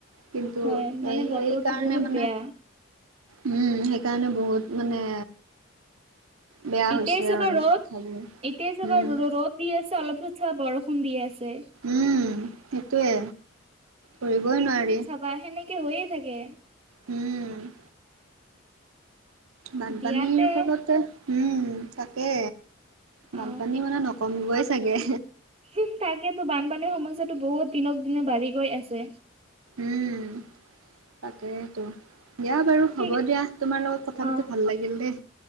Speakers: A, on the right; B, on the right.
A: কিন্তু
B: হয় মানে
A: এই
B: বতৰটো
A: এই কাৰণে
B: বহুত
A: মানে
B: বেয়া
A: উম, সেইকাৰণে বহুত মানে। বেয়া
B: এতিয়াই
A: হৈছে
B: চাবা
A: আৰু
B: ৰ'দ
A: কথাবোৰ
B: এতিয়াই চাবা
A: উম
B: ৰ ৰ'দ দি আছে অলপ পিছত চাবা বৰষুণ দি আছে।
A: উম সেইটোৱে ধৰিবই নোৱাৰি।
B: বা সেনেকে হৈয়ে থাকে।
A: উম। বানপানীৰ
B: দিয়াতে
A: ফলতে উম তাক কে
B: অ
A: বানপানী মানে নকমিবই চাগে।
B: হো তাকেতো বানপানীৰ সমস্যাটো বহুত দিনক দিনে বাঢ়ি গৈ আছে।
A: উম তাকেইটো। দিয়া বাৰু
B: ঠিক
A: হ'ব দিয়া, তোমাৰ লগত কথা
B: অ
A: পাতি ভাল লাগিল দেই।